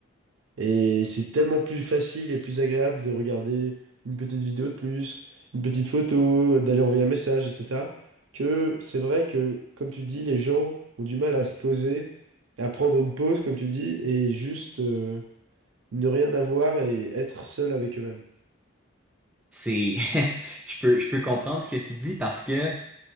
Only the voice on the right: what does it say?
Et c'est tellement plus facile et plus agréable de regarder une petite vidéo de plus, une petite photo, d'aller envoyer un message, etc. Que c'est vrai que, comme tu dis, les gens ont du mal à se poser et à prendre une pause, comme tu dis, et juste euh, ne rien avoir et être seul avec eux-mêmes.